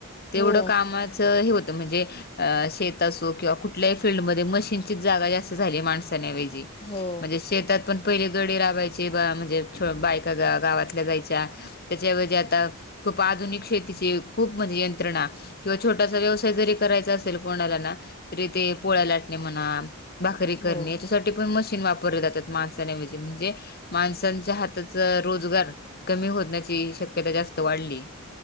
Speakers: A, on the left (about 45°); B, on the left (about 25°).
A: तेवढं
B: हो,
A: कामात च हे होतं म्हणजे अ शेत असो किंवा कुठलंही फिल्डमध्ये मशीनच चीच जागा जास्त झालीये माणसान ऐवजी
B: हो,
A: म्हणजे शेतात पण पहिली गडे राबायचे म्हणजे छो बायका गा गावातल्या जायच्या त्याच्याऐवजी आता खूप आधुनिक शेतीची खूप म्हणजे यंत्रणा किंवा छोटासा व्यवसाय जरी करायचा असेल कोणाला ना तरी ते पोळ्या लाटणे म्हणा भाकरी करणे
B: हो.
A: याच्यासाठी पण मशीन वापरले जातात माणसान ऐवजी म्हणजे माणसांच्या हात ताच रोजगार कमी होण्याची शक्यता जास्त वाढली ये.